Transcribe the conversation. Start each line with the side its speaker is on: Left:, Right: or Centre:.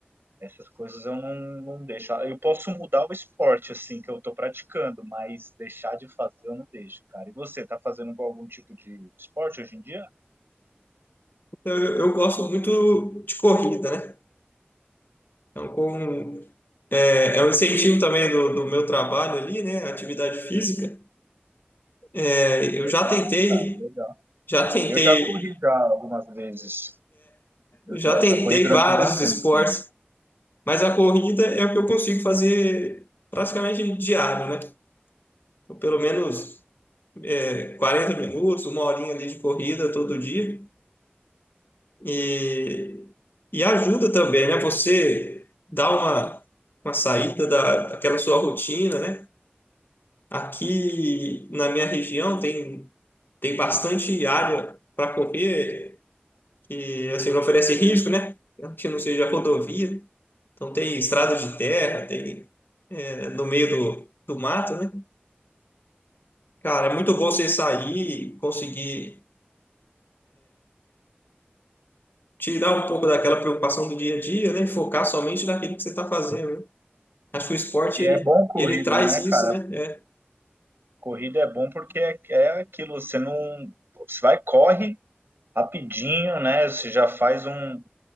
Right: essas coisas eu não, não deixo. Ah, Eu posso mudar o esporte, assim, que eu estou praticando, mas deixar de fazer eu não deixo, cara. E você, tá fazendo algum tipo de esporte hoje em dia?
Left: Eu, eu gosto muito de corrida, né? Então, com É, é um incentivo também do, do meu trabalho ali, né? Atividade física. É, eu
Right: Legal,
Left: já tentei,
Right: cara, legal.
Left: já tentei,
Right: Eu já corri já algumas vezes. Eu
Left: já
Right: já,
Left: tentei
Right: já corri durante
Left: vários
Right: um bom tempo.
Left: esportes,
Right: também.
Left: mas a corrida é o que eu consigo fazer praticamente diário, né? Então, pelo menos é, 40 minutos, uma horinha ali de corrida todo dia. E, e ajuda também, né? Você dá uma, uma saída da, daquela sua rotina, né? Aqui na minha região tem tem bastante área para correr que assim não oferece risco, né? Que não seja rodovia. Então tem estrada de terra, tem é, no meio do, do mato, né? Cara, é muito bom você sair, e conseguir tirar um pouco daquela preocupação do dia a dia, né? E focar somente naquilo que você está fazendo. né? Acho que o esporte
Right: E
Left: ele,
Right: é bom corrida,
Left: ele traz
Right: né,
Left: isso,
Right: cara?
Left: né? É.
Right: Corrida é bom porque é, é aquilo, você não. Você vai, corre rapidinho, né? Você já faz um,